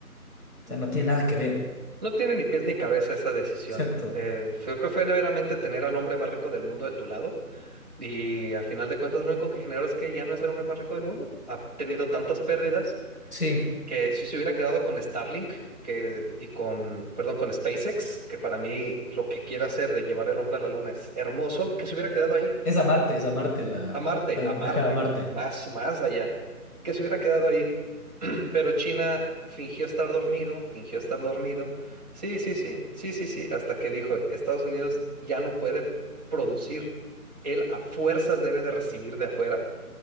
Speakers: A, on the left; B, on the right.
A: o sea, no tiene nada que ver.
B: No tiene ni pies ni cabeza esa decisión.
A: Exacto.
B: Eh, yo creo que fue meramente tener al hombre más rico del mundo de tu lado. Y a final de cuentas, lo único que generó es que ya no es el hombre más rico del mundo. Ha tenido tantas pérdidas
A: Sí,
B: que si se hubiera quedado con Starlink que, y con, perdón, con SpaceX, que para mí lo que quiere hacer de llevar el hombre a la luna es hermoso, que se hubiera quedado ahí.
A: es a Marte, es a Marte la,
B: A Marte,
A: a-
B: a Marte,
A: ajá, a Marte,
B: más, más allá, que se hubiera quedado ahí. <clears throat> Pero China fingió estar dormido, fingió estar dormido. Sí, sí, sí, sí, sí, sí, hasta que dijo, Estados Unidos ya no puede producir, él a fuerzas debe de recibir de afuera.